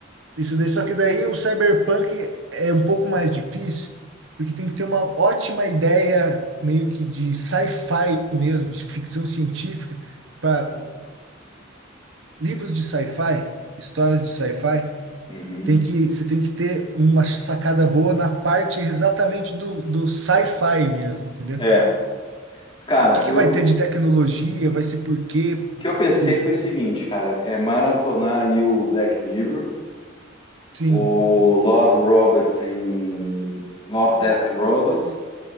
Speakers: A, on the right; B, on the left.
A: Isso daí, só que daí o cyberpunk é um pouco mais difícil, porque tem que ter uma ótima ideia meio que de sci-fi mesmo, de ficção científica, para livros de sci-fi, histórias de sci-fi,
B: uhum.
A: tem que você tem que ter uma sacada boa na parte exatamente do, do sci-fi mesmo, entendeu?
B: É, cara,
A: O que que
B: eu-
A: vai ter
B: o
A: de tecnologia, vai ser por quê?
B: que eu pensei
A: Por,
B: foi o seguinte, cara, é maratonar ali o Black Mirror,
A: sim,
B: o Love Robots em Love, Death and Robots,